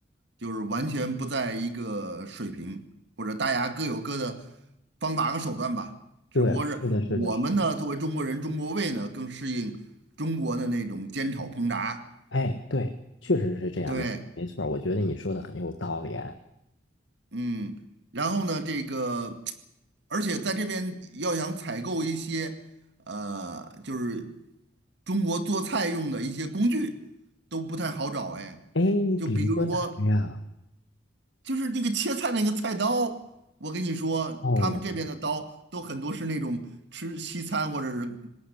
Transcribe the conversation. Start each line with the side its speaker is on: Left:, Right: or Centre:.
Right: 就是完全不在一个水平，或者大家各有各的方法和手段吧。只不过是我们呢，
Left: 对，是的，是的，是的。
Right: 作为中国人，中国胃呢更适应中国的那种煎炒烹炸。
Left: 哎，对，确实是这样，
Right: 对。
Left: 没没错儿我觉得你说的很有道理哎。
Right: 嗯，然后呢，这个，而且在这边要想采购一些，呃，就是中国做菜用的一些工具都不太好找哎，
Left: 哎你比如说哪个呀？
Right: 就比如说，就是那个切菜那个菜刀，我跟你说，
Left: 哦
Right: 他们这边的刀都很多是那种吃西餐或者是